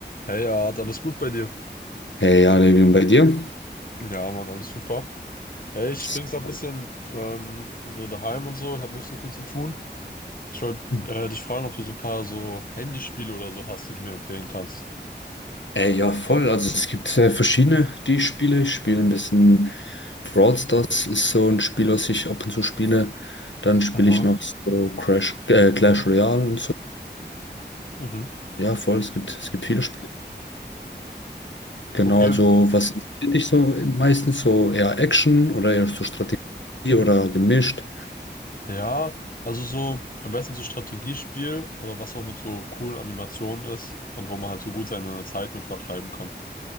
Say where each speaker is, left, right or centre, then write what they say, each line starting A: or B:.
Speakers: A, on the left; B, on the left.
A: Hey, Art, alles gut bei dir?
B: Hey, ja, Levi, und bei dir?
A: Ja, Mann, alles super. Hey, ich
B: So.
A: bin gerade ein bisschen ähm, so daheim und so, habe nicht so viel zu tun. Ich wollte
B: Hm.
A: äh, dich fragen, ob du so ein paar so Handyspiele oder so hast, die du mir empfehlen kannst.
B: Äh, ja, voll. Also es gibt äh, verschiedene, die ich spiele. Ich spiele ein bisschen Brawl Stars, ist so ein Spiel, was ich ab und zu spiele. Dann spiele
A: Aha.
B: ich noch so Crash, äh, Clash Royale und so.
A: Mhm.
B: Ja, voll. Es gibt, es gibt viele Spiele. Genau,
A: Okay.
B: also was interessiert dich so meistens? So eher Action oder eher so Strategie oder gemischt?
A: Ja, also so am besten so Strategiespiel, aber was auch mit so coolen Animationen ist und wo man halt so gut seine Zeit mit vertreiben kann.